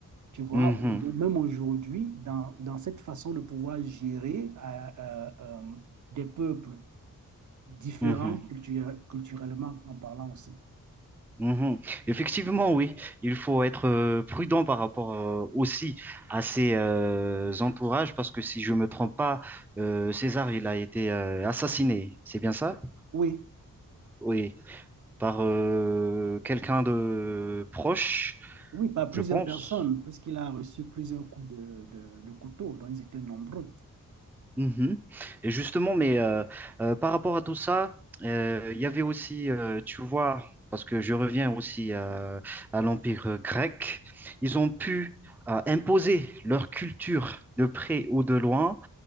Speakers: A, on the right; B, in the centre.
A: tu vois,
B: mhm,
A: au- même aujourd'hui, dans, dans cette façon de pouvoir gérer euh, euh, euh, des peuples différents
B: mhm,
A: Mhm. culture- culturellement en parlant aussi.
B: mhm. Effectivement, oui, il faut être euh, prudent par rapport euh, aussi à ses euh, entourages parce que si je me trompe pas, euh, César, il a été euh, assassiné, c'est bien ça?
A: Oui,
B: Oui. par euh, quelqu'un de proche,
A: oui, par plusieurs
B: je pense.
A: personnes, puisqu'il a reçu plusieurs coups de, de, de couteau, donc ils étaient nombreux.
B: Mhm. Et justement, mais euh, euh, par rapport à tout ça, euh, il y avait aussi, euh, tu vois, parce que je reviens aussi euh, à l'Empire grec, ils ont pu euh, imposer leur culture de près ou de loin,